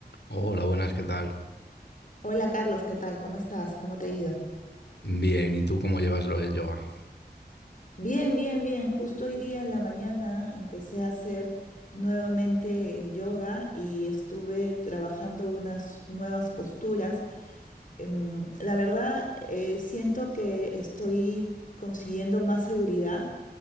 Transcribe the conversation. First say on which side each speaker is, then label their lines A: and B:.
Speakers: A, on the left (about 85°); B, on the left (about 50°).
A: Hola, buenas, ¿qué tal?
B: Hola Carlos, ¿qué tal? ¿Cómo estás? ¿Cómo te ha ido?
A: Bien, ¿y tú cómo llevas lo del yoga?
B: Bien, bien, bien. Justo hoy día en la mañana empecé a hacer nuevamente el yoga y estuve trabajando unas nuevas posturas. Em, la verdad, eh, siento que estoy consiguiendo más seguridad,